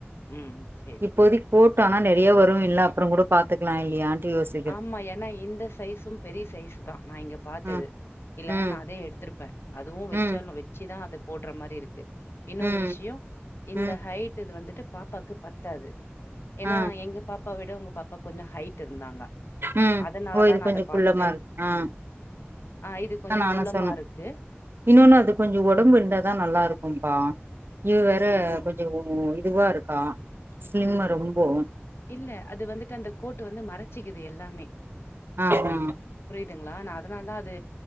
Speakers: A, on the left; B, on the right.
A: ம் சேரிப்பா
B: இப்போதைக்கு போட்டோனா நெறைய வரு இல்ல அப்புறம் கூட பாத்துக்கலா இல்லையான் யோசிக்
A: ஆமா ஏன்னா இந்த சைஸும் பெரிய சைஸு தா நா இங்க பாத்தது
B: ம்
A: இல்லனா
B: ம்
A: நா அதே எடுத்துருப்பே அதுவு வச்சாலு
B: ம்
A: வ ச்சி தா அது போட்ற மாரிருக்கு இன்னொரு
B: ம்
A: விஷயோ இந்த
B: ம்
A: ஹைட் இது வந்துட்டு பாப்பாவுக்கு பத்தாது ஏனா
B: ஆ
A: எங்க பாப்பா விட உங்க பாப்பா கொஞ்சோ ஹைட் இருந்தாங்க
B: ம்
A: அதனாலதான்
B: ஓ இது
A: நான்
B: கொஞ்சோ
A: அத பாத்துட்டு,
B: குள்ளமா இருக்கு ஆ
A: ஆ இது கொஞ்சோ
B: நானு
A: குள்ளமா
B: சொன்னே
A: இருக்கு.
B: இன்னொன்னு அது கொஞ்சோ உடம்பு இருந்தாதா நல்லாருக்கும்பா இது வேற கொஞ்சோ இதுவாருக்கா சிலிம்மா ரொம்போ
A: இல்ல அது வந்துட்டு அந்த கோட்டு வந்து மறச்சுக்குது எல்லாமே
B: ஆ ஆ
A: புரியுதுங்களா நா அதனால தா அது